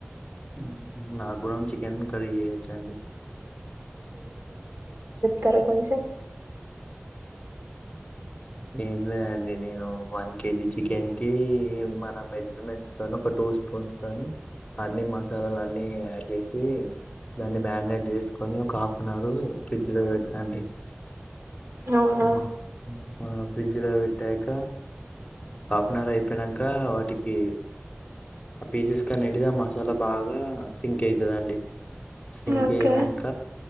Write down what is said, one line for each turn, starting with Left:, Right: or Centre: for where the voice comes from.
Left: ఊ నా కూడాన్ చికెన్ కర్రీ చేయచ్చండి
Right: తర కొంచెం
Left: ఏం లేండి నేను వన్ కేజీ చికెన్కి మన మెజర్మెంట్స్తో ఒక టూ స్పూన్స్తోని అన్నీ మసాలాలు అన్నీ యాడ్ చేసి దాన్ని మ్యాగ్నెట్ చేసుకొని ఇగ ఒక హాఫ్ అన్ అవర్ ఫ్రిడ్జ్ లో పెడతండ్రి
Right: అవునా
Left: ఊ ఉ ఆ ఫ్రిడ్జ్లో పెట్టాక హాఫ్ అన్ అవర్ అయిపోయినంక వాటికి ఆ పీసెస్ కనిటిది ఆ మసాలా బాగా సింక్ ఐతదండి సింక్
Right: ఓకే
Left: అయినంక